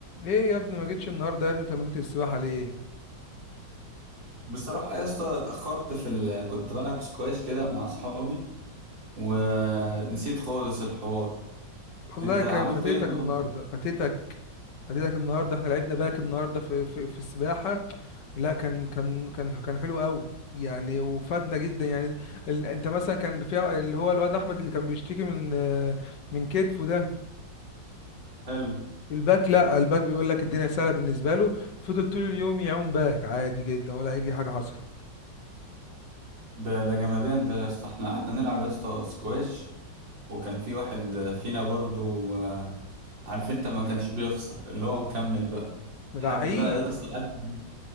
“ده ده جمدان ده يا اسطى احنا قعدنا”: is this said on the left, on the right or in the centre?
Right